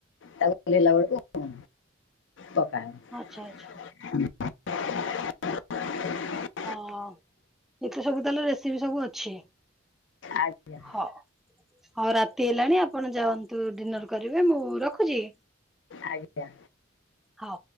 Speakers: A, on the left (about 70°); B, in the centre.
A: ତାକୁ ଓଲେଇଲା ବେଳକୁ ପକାଏ
B: ଆଚ୍ଛା ଆଚ୍ଛା
A: ହୁଁ
B: ଅ ହ ଏତ ସବୁ ତାହେଲେ ରେସିପି ସବୁ ଅଛି?
A: ଆଜ୍ଞା
B: ହଁ ହଉ ରାତି ହେଲାଣି ଆପଣ ଯାଆନ୍ତୁ ଡିନର କରିବେ ମୁଁ ରଖୁଛି?
A: ଆଜ୍ଞା।
B: ହଁ।